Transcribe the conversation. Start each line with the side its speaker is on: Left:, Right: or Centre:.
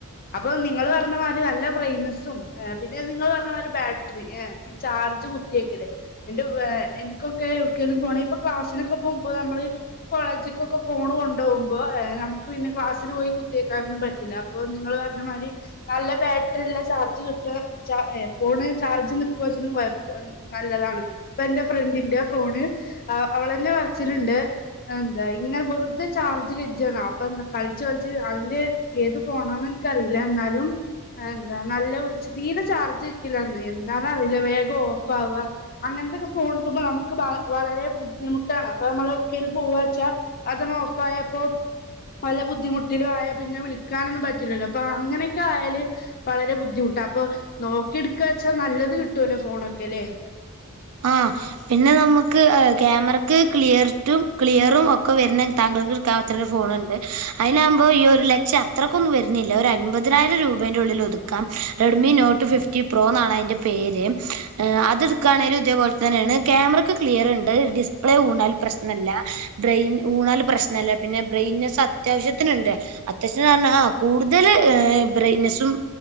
Left: അപ്പൊ നിങ്ങള് പറഞ്ഞ മാതിരി നല്ല ബ്രെയിനസും പിന്നെ നിങ്ങൾ പറഞ്ഞ മാര് ബാറ്ററി ഏഹ് ഈ ചാർജ് കുത്തിയക്കല്ലേ അയ്ന്റെ വേ എനിക്കൊ ക്കെ എവിടക്കേലും പോണേ ഇപ്പോ ക്ലാസിനൊക്കെ പോക്പോ നമ്മള് കോളേജിക്കൊക്കെ ഫോൺ കൊണ്ടുപോകുമ്പോ നമുക്ക് പിന്നെ ക്ലാസ്സിൽ പോയി കുത്തിയേക്കാരൊന്നും പറ്റില്ല അപ്പോ നിങ്ങള് പറഞ്ഞ മാതിരി നല്ല ബാറ്ററിള്ള ചാർജ് കിട്ടുക ഫോണ് ചാർജ് നിക്കുവച്ഛനും കൊഴപ്പ നല്ലതാണ് ഇപ്പ എന്റെ ഫ്രണ്ടിന്റെ ഫോണ് അവളെന്നെ പറച്ചില്ണ്ട് ന്താ ഇങ്ങനെ വെറുതെ ചാർജ് കജാണ് അപ്പൊന്താ കളിച്ച് കളിച്ച് അതിന്റെ ഏത് ഫോണാന്ന് എനക്കറിയില്ല എന്നാലും എന്താ നല്ല തീരെ ചാർജ് നിക്കില്ലന്ന് എന്താണ അറില്ല വേഗം ഓഫ് ആവ അങ്ങനത്തെക്കെ ഫോണ്ടുക്ക <unintelligible> വളരെ ബുദ്ധിമുട്ടാണ് അപ്പൊ നമ്മള് ഒക്കെ പോവാ വച്ചാ അതന് ഓഫ ആയപ്പോ പല ബുദ്ധിമുട്ടിലും ആയാൽ പിന്നെ വിളിക്കാനൊന്നും പറ്റില്ലല്ലോ അപ്പൊ അങ്ങനെയൊക്കെ ആയാല് വളരെ ബുദ്ധിമുട്ടാണ് അപ്പൊ നോക്കി എടുക്ക വച്ചാ നല്ലത് കിട്ടുവല്ലോ ഫോണൊക്കെ അല്ലേ
Right: ആഹ് പിന്നെ നമുക്ക് ക്യാമറയ്ക്ക് ക്ലിയർട്ടും ക്ലിയറും ഒക്കെ വരുന്ന താങ്കൾക്ക് തത്തേടെ ഒരു ഫോണുണ്ട് അതിനാകുമ്പോൾ ഈ ഒരു ലക്ഷം അത്രക്കൊന്നും വരുന്നില്ല ഒരു അൻപതിനായിരം രൂപേന്റെ ഉള്ളിൽ ഒതുക്ക ക്കാം റെഡ്മി നോട്ട് ഫിഫ്റ്റി പ്രോ എന്നാണ് അതിന്റെ പേര് അത് എടുക്കയാണേലും ഇതേപോലെ തന്നെയാണ് ക്യാമറക്ക് ക്ലിയർ ഉണ്ട് ഡിസ്പ്ലേ ഊണാൽ പ്രശ്നല്ല ബ്രെയിൻ ഊണാൽ പ്രശ്നല്ല പിന്നെ ബ്രെയിൻനെസ്സ് അത്യാവശ്യത്തിനുണ്ട് അത്യാവശ്യം പറഞ്ഞ ആഹ് കൂടുതൽ ബ്രൈറ്റ്നെസ്സും